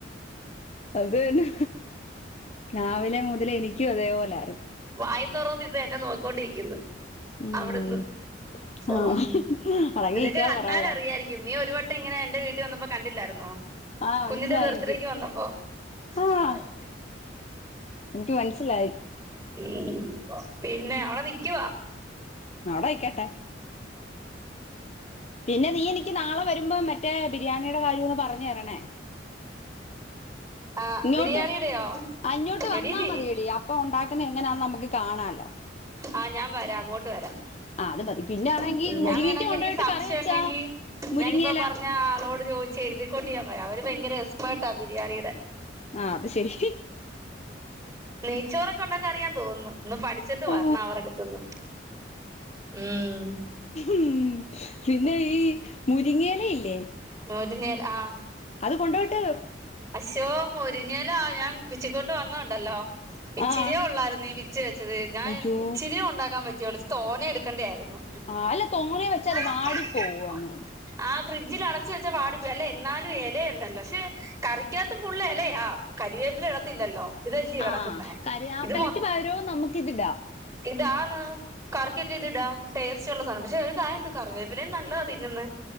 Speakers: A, on the left; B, on the right.
A: അത് തന്നെ. രാവിലെ മുതല് എനിയ്ക്കും അതേപോല.
B: വായ തൊറന്ന് ഇത് എന്നെ നോക്കി ക്കോണ്ടിരിക്ന്ന്.
A: ഉം
B: അവിടുന്ന്, ഉം
A: ആഹ് അടങ്ങിയിരിക്കാൻ
B: നിനക് കണ്ടാലറിയായിരിക്കും
A: പറ അവിടെ
B: നീ ഒരുവ ഇങ്ങന എന്റെ വീട്ടി വന്നപ്പോ, കണ്ടില്ലായിരുന്നോ.
A: ആഹ് മനസ്സിലായി
B: കുഞ്ഞിന്റെ ബർത്ത്ഡേക്ക്
A: എനിക്ക്
B: വന്നപ്പോ, സ്റ്റാർട്ട്‌
A: ആഹ്
B: ആയി.
A: എനിക്ക് മനസിലായി.
B: ഉം, പിന്നെ അവളെ നിക്കുവാ.
A: യി കേട്ടെ. പിന്നെ നീ എനിക്ക് നാളെ വരുമ്പോ, മറ്റേ ബിരിയാണിയുടെ കാര്യം ഒന്ന് പറഞ് തരണേ.
B: ആഹ്
A: ഇങ്ങോട്ട്,
B: ബിരിയാണിയുടെയോ
A: ആ ഇങ്ങോട്ട് വന്നാ
B: എടി ബിരി
A: മതിയടി അപ്പൊ ഉണ്ടാ. <unintelligible> നമുക്ക് കാണാല്ലോ.
B: ആഹ് ഞാൻ വരാം അങ്ങോട്ട് വരാം.
A: ആ അത് മതി. പിന്നെ ആണെങ്കി
B: ൻ ഉം,
A: ഇത്
B: ഞാൻ
A: മുരിങ്ങിക്ക
B: വേണങ്കി
A: കൊണ്ടോയിട്ട്
B: എനിക്ക് സംശയം
A: കറി വെച്ചാ
B: ഉണ്ടെങ്കി,
A: മുരിങ്ങയില
B: ഞാനിപ്പ പറഞ്ഞആ ആളോട് ചോദിച്ച് എഴുതിക്കൊണ്ട് ഞാൻ വ. അവര് ഭയങ്കര എക്സ്പർട്ടാ ബിരിയാണിടെ.
A: ആ അത് ശരി.
B: നെയ്ച്ചോറൊക്ക ഉണ്ടാക്ക അറിയാൻ തോന്നുന്നു. ഒന്ന് പഠിച്ചിട്ട് വരണം
A: ആ
B: അവരുടെ അടുത്തുന്ന്. ഉം
A: ഉം, ഫിന്നെ ഈ മുരിങ്ങേല യില്ലേ.?
B: മോദിലേൽ ആ
A: അത് കൊണ്ട്പോട്ട്.
B: അശോ, മുരിങ്ങലാ ഞാൻ വിച്ചിക്കൊണ്ട് വന്നാണ്ടല്ലോ. ഇച്ചിരിയേ
A: ആ
B: ഉള്ളായിരുന്നു ഈ വിച്ച് വെച്ചത്, ഞാൻ
A: അയ്യോ
B: ഇച്ചിരിയേ ഉണ്ടാക്കാൻ പറ്റിയുള്ളൂ, ച് തോന എടുക്കേണ്ടയാ യിരുന്നു.
A: ആ അല്ല തോനെ വെച്ചാലേ
B: <unintelligible>
A: വാടി പോവും അങ്ങ്
B: ആ. ഫ്രിഡ്ജിൽ അടച്ച വെച്ച പാട്, വെലെ എന്നാലും എലയുണ്ടല്ലോ. ഷെ കറിക്കാത്ത ഫുള്ള് എലയാ കരിവേപ്പില ഇടത്തില്ലല്ലോ ഇതല്ലയ
A: ആ
B: കിടക്കുന്ന,
A: കരിയാപ്പലക്ക്
B: ഇത് മൊ
A: പകരവും നമുക്കിതിടാം
B: ഇതാന്ന് കറിക്കൊക്കെ ഇത് ഇടാം ടേസ്റ്റ് ഉള്ള സാധനം പക്ഷെ ഒരു കാര്യംണ്ട് കറിവേപ്പിലയും നല്ലതാ തിന്നുന്നേ.